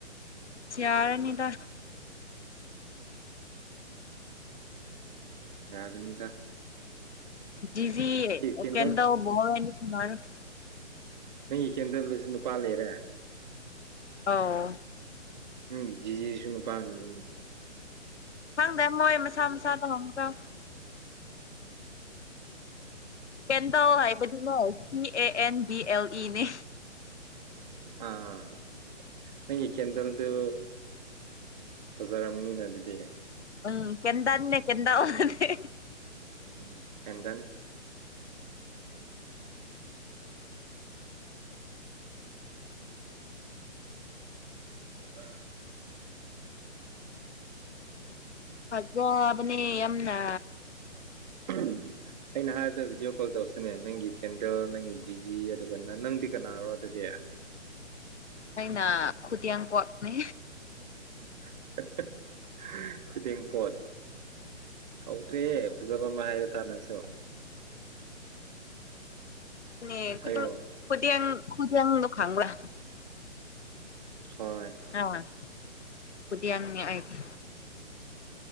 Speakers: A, on the left; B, on the right.
A: ꯆ꯭ꯌꯥꯔꯅꯤꯗ꯫
B: ꯌꯥꯒꯅꯨꯗ꯫
A: ꯗꯤꯖꯤ ꯑꯣꯄꯦꯟꯗꯣ
B: ꯀꯦꯟꯗꯜ
A: <unintelligible>
B: ꯅꯪꯒꯤ ꯀꯦꯟꯗꯜꯗꯨꯁꯨ ꯅꯨꯄꯥ ꯂꯩꯔꯦ꯫
A: ꯑꯥꯎ
B: ꯎꯝ ꯖꯤꯖꯤꯁꯨ ꯅꯨꯄꯥ ꯂꯩꯔꯦ꯫
A: ꯈꯪꯗꯦ ꯃꯣꯏ ꯃꯁꯥ ꯃꯁꯥꯗ ꯍꯪꯖꯧ꯫ ꯄꯦꯟꯗꯜ ꯍꯥꯏꯕꯗꯤꯀꯣ P A N D L E ꯅꯦ꯫
B: ꯑꯥ ꯅꯪꯒꯤ ꯀꯦꯟꯗꯜꯗꯨ꯫ ꯐꯖꯥꯔꯝꯅꯤꯅꯦ ꯑꯗꯨꯗꯤ꯫
A: ꯎꯝ ꯄꯦꯟꯗꯜꯅꯦ ꯀꯦꯟꯗꯜ ꯅꯠꯇꯦ꯫
B: ꯎꯝ ꯁꯦꯟꯗꯟ꯫ <unintelligible>
A: ꯐꯖꯕꯅꯦ ꯌꯥꯝꯅ꯫
B: <unintelligible> ꯑꯩꯅ ꯍꯥꯏꯕꯗꯨ ꯚꯤꯗꯤꯌꯣ ꯀꯣꯜ ꯇꯧꯁꯦꯅꯦ ꯅꯪꯒꯤ ꯀꯦꯟꯗꯜ ꯅꯪꯒꯤ ꯖꯤꯖꯤ ꯑꯗꯨꯒ ꯅꯪ ꯅꯪꯗꯤ ꯀꯅꯥꯔꯣ ꯑꯗꯨꯗꯤ꯫
A: ꯑꯩꯅ ꯈꯨꯗ꯭ꯌꯥꯡꯀꯣꯠꯅꯦ꯫
B: <unintelligible> ꯐꯨꯗꯦꯡꯄꯣꯠ꯫ ꯍꯧꯇ꯭ꯔꯦꯌꯦ ꯐꯖꯕ ꯑꯃ ꯍꯥꯏꯔꯣꯗ ꯅꯪꯁꯨ꯫
A: <unintelligible>
B: ꯍꯥꯏꯌꯣ
A: ꯈꯨꯗꯦꯡꯗꯣ ꯈꯪꯕ꯭ꯔꯥ?
B: ꯍꯣꯏ꯫
A: ꯑꯥ ꯈꯨꯗꯦꯡꯅꯦ ꯑꯩꯗꯤ꯫